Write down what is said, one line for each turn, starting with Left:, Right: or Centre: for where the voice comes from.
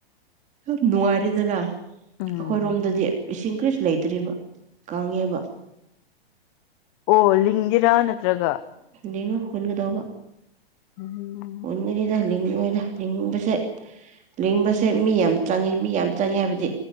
Right: ꯌꯥꯝ ꯅꯨꯡꯉꯥꯏꯔꯦꯗꯅ
Left: ꯎꯝ
Right: ꯑꯩꯈꯣꯏꯔꯣꯝꯗꯗꯤ ꯏꯁꯤꯡ ꯀꯔꯤꯁꯨ ꯂꯩꯇꯦ ꯇ꯭ꯔꯤꯕ ꯀꯪꯉꯦꯕ
Left: ꯑꯣ ꯂꯤꯡꯒꯦꯔꯥ ꯅꯠꯇ꯭ꯔꯒ
Right: ꯌꯦꯡꯉ ꯍꯨꯟꯒꯗꯕ
Left: ꯎꯝ
Right: ꯍꯨꯟꯒꯔꯤꯗ ꯂꯤꯡ ꯌꯦꯗ ꯂꯤꯡꯕꯁꯦ ꯂꯤꯡꯕꯁꯦ ꯃꯤ ꯌꯥꯝ ꯆꯪꯉꯦ ꯃꯤ ꯌꯥꯝ ꯆꯪꯉꯦ ꯍꯥꯏꯕꯗꯤ